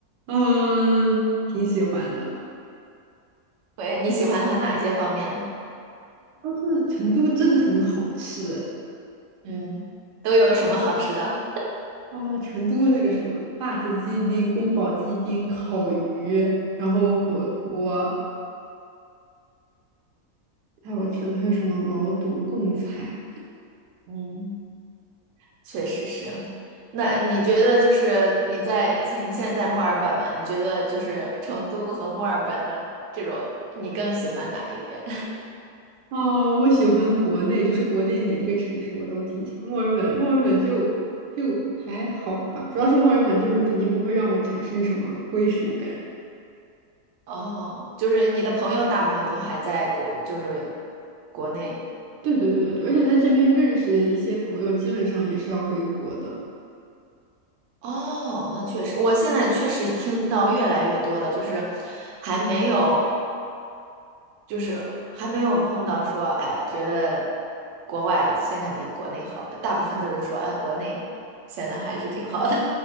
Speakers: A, on the right; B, on the right.
A: 嗯，挺喜欢的。
B: 喂，你喜欢它哪一些方面？
A: 但是成都真的很好吃
B: 嗯，都有什么好吃的？
A: 啊，成都那个什么辣子鸡丁、宫保鸡丁、烤鱼，然后火锅
B: 嗯
A: 太好吃了，还有什么毛肚、贡菜。
B: 嗯。确实是。那你觉得就是你在你现在在墨尔本嘛？你觉得就是成都和墨尔本的这种，你更喜欢哪一边？
A: 啊？我喜欢国内，就是国内哪一个城市我都挺喜欢。墨尔本，墨尔本就就还好吧，主要是墨尔本就是肯定不会让我产生什么归属感。
B: <laughs> 哦，就是你的朋友大部分都还在国，就是国内。
A: 对对对对对，而且在这边认识的一些朋友，基本上也是要回国的。
B: 哦，那确实，我现在确实听到越来越多的，就是还没有，就是还没有碰到说，哎，觉得国外现在比国内好的，大部分都是说，哎，国内现在还是挺好的。